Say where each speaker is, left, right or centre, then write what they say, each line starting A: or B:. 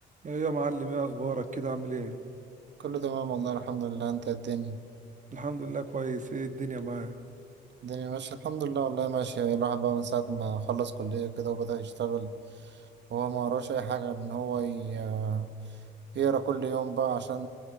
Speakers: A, on the right; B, on the right.
A: ايه يا معلم ايه اخبارك كده عامل ايه
B: كله تمام والله الحمد لله انت الدنيا
A: الحمد لله كويس ايه الدنيا معاك
B: الدنيا ماشية الحمد لله والله ماشية الواحد بقى من ساعة ما خلص كلية كده وبدأ يشتغل هو ما وراش أي حاجة إن هو ي- يقرا كل يوم بقى عشان